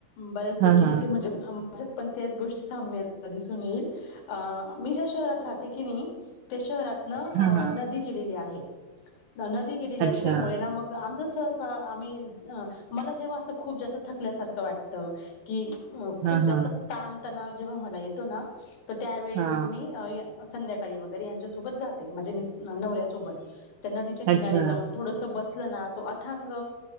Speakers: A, on the left; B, on the right.
A: बऱ्याचपैकी
B: हा हा
A: तिथे म्हणजे माझ्यात पण त्याच गोष्टी साम्य आहेत दिसून येईल अ मी ज्या शहरात राहते की नाही. ते शहरातन
B: हा हा
A: नदी गेलेली आहे. नदी गेलेली
B: अच्छा
A: असल्यामुळे ना मग आम कस अस आम्ही मला जेव्हा अस खूप जास्त थकल्यासारख वाटत. की खूप
B: हा
A: जास्त
B: हा
A: ताणतणाव जेव्हा मला येतो ना तर त्यावेळी
B: हा
A: मग मी मग संध्याकाळी वगैरे यांच्यासोबत जाते म्हणजे मिस नवऱ्यासोबत. त्या नदीच्या किनारीे
B: अच्छा
A: जाऊन थोडस बसलना तो अथांग